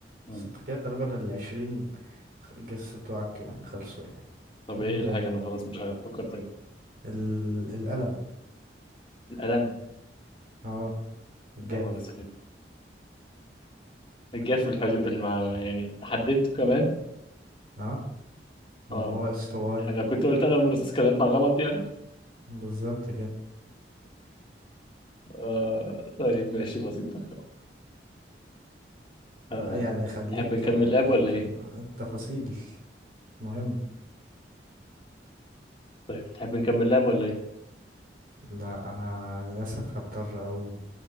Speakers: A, on the left (about 30°); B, on the right (about 55°).
A: مم.
B: بس انت كده غالبا العشرين جس بتوعك يعني خلصوا يعني <laughs>
A: طب
B: من
A: إيه الحاجة
B: بدري
A: أنا خلاص مش عارف أفكر تاني
B: ال... القلم
A: القلم
B: اه الجاف
A: يا نهار أسود الجاف في الحجم في المع... يعني حددته كمان
B: اه ما
A: اه
B: هو اسطواني
A: يعني لو كنت قلت انا مرسوس كان هيطلع غلط يعني
B: بالظبط كده
A: آه طيب ماشي بسيطة
B: لا،
A: آه
B: يعني خليك
A: تحب نكمل
B: آه،
A: لعب ولا
B: الت-
A: ايه؟
B: التفاصيل مهمة
A: طيب تحب نكمل لعب ولا ايه؟
B: لا انا للاسف هضطر اقوم